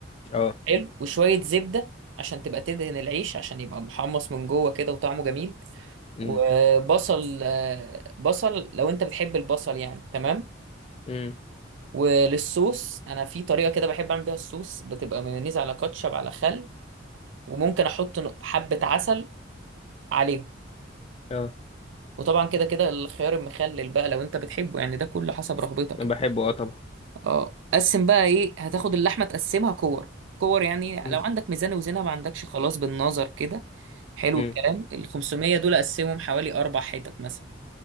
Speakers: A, on the left (about 30°); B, on the right (about 75°).
A: أه
B: حلو وشوية زبدة عشان تبقى تدهن العيش عشان يبقى محمص من جوه كده وطعمه جميل
A: أمم
B: وبصل آه، بصل لو انت بتحب البصل يعني تمام
A: أمم
B: وللصوص انا في طريقة كده بحب اعمل بيها الصوص بتبقى مايونيز على كاتشب على خل وممكن احط ن- حبة عسل عليهم
A: أه
B: وطبعا كده كده الخيار المخلل بقى لو انت بتحبه يعني ده كله حسب رغبتك
A: أنا
B: يعني
A: بحبه أه طبعا
B: اه قسم بقى ايه هتاخد اللحمه تقسمها كور الكور يعني
A: أمم
B: لو عندك ميزان وزنها ما عندكش خلاص بالنظر كده حلو
A: أمم
B: الكلام ال 500 دول قسمهم حوالي اربع حتت مثلا